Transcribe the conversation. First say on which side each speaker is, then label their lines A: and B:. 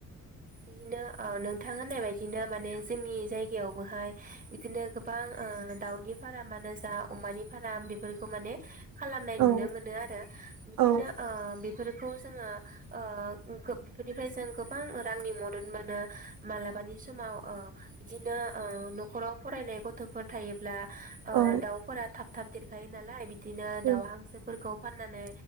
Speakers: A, on the right (about 25°); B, on the right (about 80°).
A: बिदिनो ओ नोंथां होननाय बायदिनो माने जोंनि जायगायावबोहाय बिदिनो गोबां ओ दाउनि फारामानो जा, अमानि फाराम बेफोरखौ माने खालामनाय
B: औ
A: नुनो मोनो आरो बिदिनो
B: औ
A: ओ बेफोर बेफोरखौ जोङो ओ गोब बेफोरनिफ्राय जों गोबां रांनि मदद मोनो मालाबानि समाव ओ बिदिनो ओ नखराव फरायनाय गथफोर थायोब्ला ओ
B: औ
A: दाउफोरा थाब थाब देरखायो नालाय बिदि बिदिनो
B: उम
A: दाउ हांसोफोरखौ फाननानै